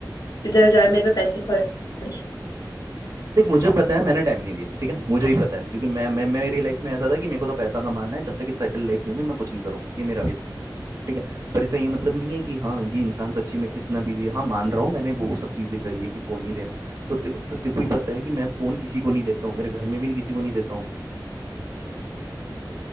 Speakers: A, on the left (about 55°); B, on the right (about 50°).
A: इधर जाए मेरे पे पैसे खर्च
B: देख मुझे पता है मैंने टाइम नहीं दिया ठीक है मुझे ही पता है क्योंकि मैं मैं मैं मेरी लाइफ में ऐसा था कि मेरे को तो पैसा कमाना है जब तक कि सेटल लाइफ नहीं होगी मैं कुछ नहीं करूंगा ये मेरा भी था ठीक है पर इसका ये मतलब नहीं है कि हाँ कि इंसान सच्ची में इतना बिजी है हाँ मान रहा हूँ मैंने वो सब चीजें करी है कि फोन नहीं देना तो ते, तो तेको ही पता है कि मैं फोन किसी को नहीं देता हूँ मेरे घर में भी नहीं किसी को नहीं देता हूँ मैं